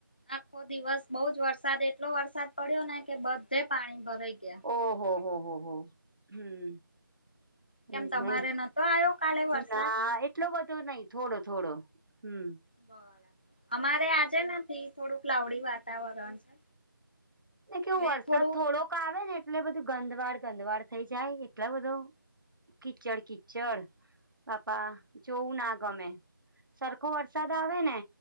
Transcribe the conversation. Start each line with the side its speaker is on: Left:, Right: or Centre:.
Left: આખો દિવસ બઉ જ વરસાદ એટલો વરસાદ પડ્યો ને કે બધે પાણી ભરાઈ ગયા.
Right: ઓહ હો હો હો હમ્મ
Left: કેમ
Right: એ
Left: તમારે
Right: નહીં,
Left: નતો આવ્યો કાલે વરસાદ?
Right: ના એટલો બધો નઈ થોડો થોડો હમ્મ
Left: બરાબર અમારે આજે નથી થોડું ક્લાઉડી વાતાવરણ છે.
Right: કેવું
Left: એટલે
Right: વરસાદ
Left: થોડું
Right: થોડોક આવે ને એટલે બધું ગંધવાર ગંધવાર થઈ જાય એટલે બધું કિચડ કિચડ, બાપા જોવું ના ગમે. સરખો વરસાદ આવે ને